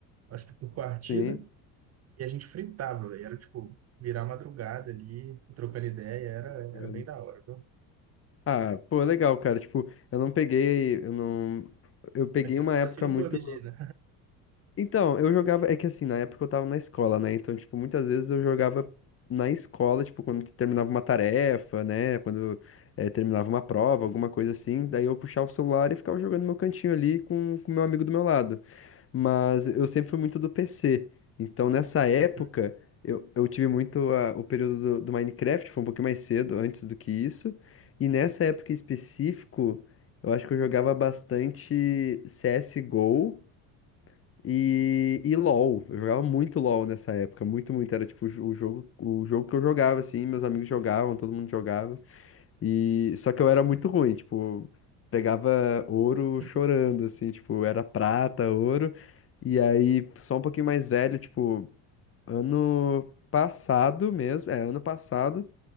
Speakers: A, on the right; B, on the left.
A: Acho que por partida.
B: Sim.
A: E a gente fritava, velho. Era tipo, virar madrugada ali, trocando ideia. Era,
B: Obrigado.
A: era bem da hora, viu?
B: Ah, pô, legal, cara. Tipo, eu não peguei, eu não, eu peguei
A: Mas você
B: uma
A: ficava
B: época
A: assim no
B: muito
A: PUBG, né?
B: Então, eu jogava. É que assim, na época eu tava na escola, né? Então, tipo, muitas vezes eu jogava na escola, tipo, quando terminava uma tarefa, né? Quando eh, terminava uma prova, alguma coisa assim. Daí eu puxava o celular e ficava jogando no meu cantinho ali com com o meu amigo do meu lado. Mas eu sempre fui muito do PC. Então, nessa época,
A: Uhum.
B: eu, eu tive muito a- o período do, do Minecraft, foi um pouquinho mais cedo, antes do que isso. E nessa época em específico, eu acho que eu jogava bastante CSGO. E, e LoL, eu jogava muito LoL nessa época, muito, muito. Era tipo o jo- o jogo, o jogo que eu jogava, assim, meus amigos jogavam, todo mundo jogava. E só que eu era muito ruim, tipo, pegava ouro
A: <laughs>
B: chorando, assim, tipo, era prata, ouro. E aí, só um pouquinho mais velho, tipo, ano passado mesmo, é, ano passado,